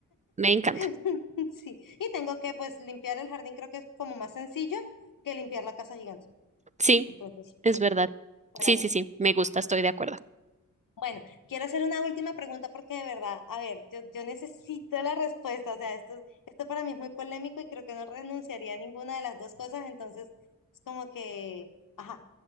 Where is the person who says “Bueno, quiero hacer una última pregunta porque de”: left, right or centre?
Left